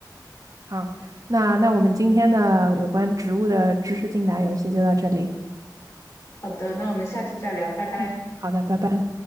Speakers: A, on the right; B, on the left.
A: 好，那那我们今天的有关植物的知识竞答游戏就到这里。
B: 好的，那我们下次再聊，拜拜。
A: 嗯，好的，拜拜。